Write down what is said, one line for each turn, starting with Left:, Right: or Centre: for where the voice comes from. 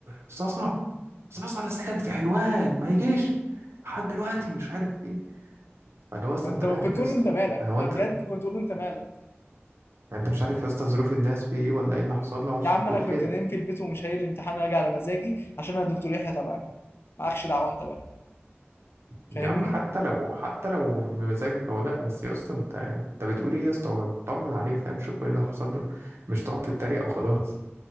Right: صاصا صاصا اللي ساكن في حلوان ما يجيش لحد دلوقتي مش عارف ايه. فاللي هو اصلا
Left: انت
Right: انت مالك
Left: كنت تقول
Right: يا اسطى
Left: له انت مالك
Right: يعني هو
Left: انا
Right: انت
Left: بجد
Right: يعني
Left: كنت تقول له انت مالك
Right: انت مش عارف يا اسطى ظروف الناس في ايه ولا ايه اللي حصل له عشان
Left: يا عم
Right: تقول
Left: انا كنت
Right: كده
Left: نايم في البيت ومش هايل الامتحان هاجي على مزاجي عشان انا دكتور يحيى تبعي معكش دعوه انت بقى فاهمني
Right: يا عم حتى لو حتى لو بمزاجك او لا بس يا اسطى انت انت بتقول ايه يا اسطى طمن عليه فاهم شوف ايه اللي حصل له مش تقعد تتريق او خلاص